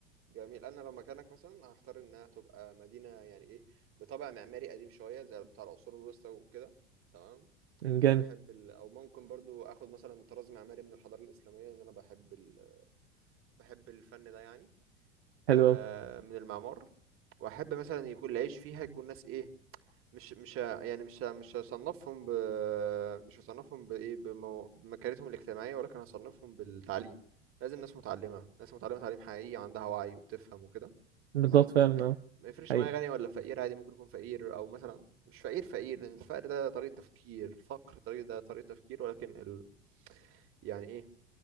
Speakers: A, on the right; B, on the right.
A: جميل انا لو مكانك مثلا هختار انها تبقى مدينة يعني ايه بطابع معماري قديم شوية زي بتاع العصور الوسطى وكده تمام
B: جامد
A: انا بحب ال... او ممكن برضو اخد مثلا طراز معماري من الحضاره الاسلاميه ان انا بحب ال... بحب الفن ده يعني
B: حلو
A: آه
B: قوي
A: من المعمار واحب مثلا يكون العيش فيها يكون ناس ايه مش مش ه- يعني مش ه- مش هصنفهم ب... مش هصنفهم بايه بمو... بمكانتهم الاجتماعيه ولكن هصنفهم بالتعليم لازم ناس متعلمه ناس متعلمه تعليم حقيقي عندها وعي وبتفهم وكده
B: بالظبط
A: تمام
B: فعلا اه
A: ما يفرقش
B: حقيقي
A: معايا غني ولا فقير عادي ممكن يكون فقير او مثلا مش فقير فقير لان الفقر ده طريقه تفكير الفقر طريقه ده طريقه تفكير ولكن ال... يعني ايه